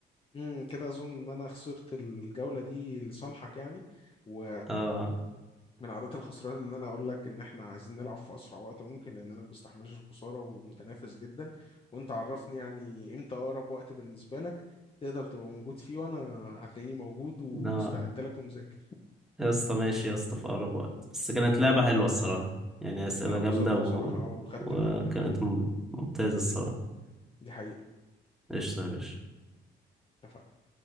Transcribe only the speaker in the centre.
اه
لا
يا اسطى ماشي يا اسطى في اقرب وقت بس كانت لعبة حلوة الصراحة يعني اسئلة
جامدة و...
وكانت
مم- ممتازة الصراحة
قشطة يا باشا